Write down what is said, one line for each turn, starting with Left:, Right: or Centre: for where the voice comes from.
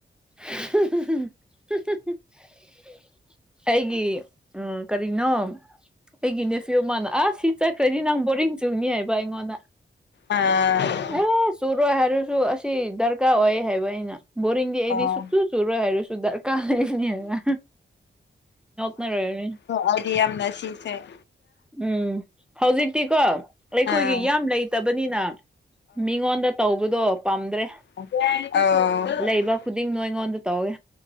Centre: <inaudible> ꯑꯩꯒꯤ ꯀꯔꯤꯅꯣ ꯑꯩꯒꯤ ꯅꯦꯐꯤꯌꯣ ꯃꯥꯅ ꯑꯁ ꯁꯤ ꯆꯠꯈ꯭ꯔꯗꯤ ꯅꯪ ꯕꯣꯔꯤꯡ ꯆꯨꯅꯤ ꯍꯥꯏꯕ ꯑꯩꯉꯣꯟꯗ
Left: ꯑꯥ
Centre: ꯑꯦ ꯆꯨꯔꯣꯏ ꯍꯥꯏꯔꯁꯨ ꯑꯁꯤ ꯗꯔꯀꯥꯔ ꯑꯣꯏ ꯍꯥꯏꯕ ꯑꯩꯅ ꯕꯣꯔꯤꯡꯗꯤ ꯑꯩꯗꯤ
Left: ꯑꯥ
Centre: ꯁꯨ ꯇꯨ ꯇꯨꯔꯣꯏ ꯍꯥꯏꯔꯁꯨꯗꯔ ꯀꯥ ꯂꯩꯅꯤ ꯍꯥꯏꯅ ꯅꯔꯦꯅꯤ
Left: ꯑ ꯑꯩꯗꯤ ꯌꯥꯝꯅ ꯁꯤꯁꯦ
Centre: ꯎꯝ ꯍꯧꯖꯤꯛꯇꯛꯇꯤ ꯀꯣ ꯑꯩꯈꯣꯏꯒꯤ
Left: ꯑꯥ
Centre: ꯌꯥꯝ ꯂꯩꯇꯕꯅꯤꯅ ꯃꯤꯉꯣꯟꯗ ꯇꯧꯕꯗꯣ ꯄꯥꯝꯗ꯭ꯔꯦ
Left: ꯑꯣ
Centre: ꯂꯩꯕ ꯈꯨꯗꯤꯡ ꯅꯣ ꯑꯩꯉꯣꯟꯗ ꯇꯧꯋꯦ